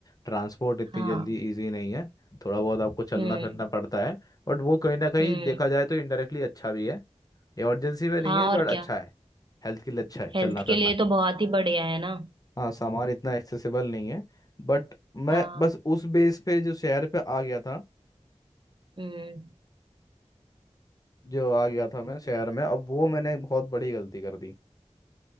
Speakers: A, on the left; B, on the right.
A: ट्रांसपोर्ट इतनी
B: हाँ
A: जल्दी इजी नहीं है थोड़ा बहुत आपको चलना
B: हम्म
A: फिरना पड़ता है बट वो कहीं ना कहीं
B: हम्म
A: देखा जाए तो इनडायरेक्टली अच्छा भी है इमरजेंसी में नहीं
B: हाँ
A: है
B: और
A: बट अच्छा
B: क्या
A: है हेल्थ के लिए अच्छा है
B: हेल्थ
A: चलना
B: के
A: फिरना
B: लिए तो बहुत ही बढ़िया है ना
A: हाँ सामान इतना एक्सेसिबल नहीं है बट मैं
B: हाँ
A: बस उस बेस पे जो शहर पे आ गया था
B: हम्म
A: जो आ गया था मैं शहर में अब वो मैंने बहुत बड़ी गलती कर दी